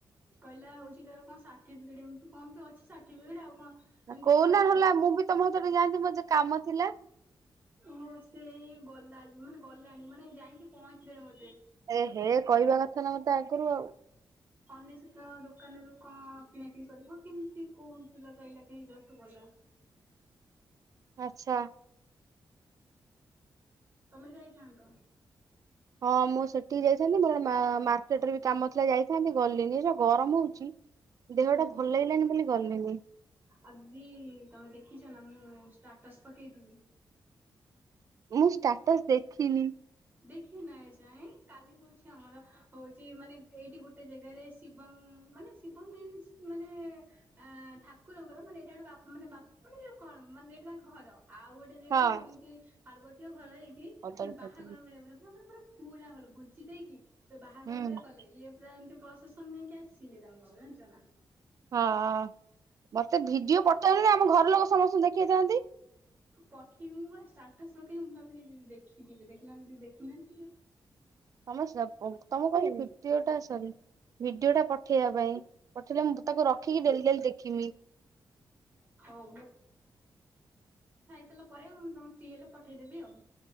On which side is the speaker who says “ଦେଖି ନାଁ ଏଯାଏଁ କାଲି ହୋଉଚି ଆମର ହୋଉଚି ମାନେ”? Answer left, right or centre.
Right